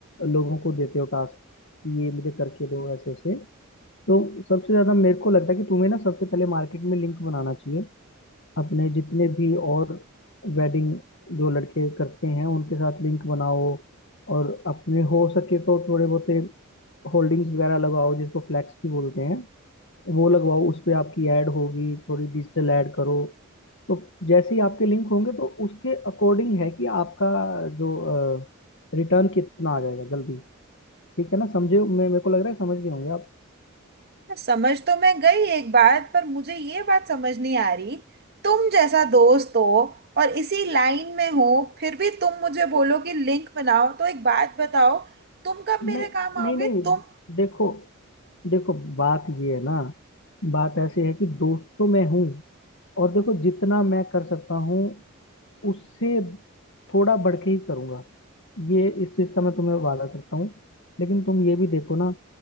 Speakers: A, on the left; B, on the right.
A: लोगों को देते हो टास्क कि ये मुझे करके दो ऐसे ऐसे तो सबसे ज्यादा मेरे को लगता है कि तुम्हें ना सबसे पहले मार्केट में लिंक बनाना चाहिए अपने जितने भी और वेडिंग जो लड़के करते हैं उनके साथ लिंक बनाओ और अपने हो सके तो थोड़े बहुत होल्डिंग्स वगैरह लगाओ जिसको फ्लैक्स भी बोलते हैं वो लगवाओ उस पे आपकी ऐड होगी थोड़ी डिजिटल ऐड करो तो जैसे ही आपके लिंक होंगे तो उसके अकॉर्डिंग है कि आपका जो रिटर्न कितना आ जाएगा जल्दी ठीक है ना समझे मैं मेरे को लग रहा है समझ गए होंगे आप
B: समझ तो मैं गई एक बात पर मुझे ये बात समझ नहीं आ रही तुम जैसा दोस्त हो और इसी लाइन में हो फिर भी तुम मुझे बोलो कि लिंक बनाओ तो एक बात बताओ तुम कब
A: नहीं
B: मेरे काम
A: नहीं
B: आओगे
A: नहीं
B: तुम
A: देखो देखो बात ये है ना बात ऐसी है कि दोस्त तो मैं हूँ और देखो जितना मैं कर सकता हूँ उससे थोड़ा बढ़ के ही करूँगा ये इस चीज़ का मैं तुम्हें वादा करता हूँ लेकिन तुम ये भी देखो ना